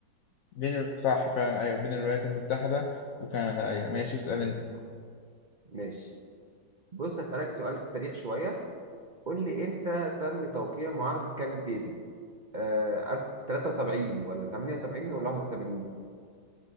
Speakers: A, on the left; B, on the right.
A: بين ال... صح فعلا ايوه بين الولايات المتحدة وكندا ايوه ماشي اسأل
B: كانت
A: انت
B: صح ماشي بص هسألك سؤال تاريخ شوية قول لي إمتى تم توقيع معاهدة كامب ديفيد آه 1073 ولا 78 ولا 81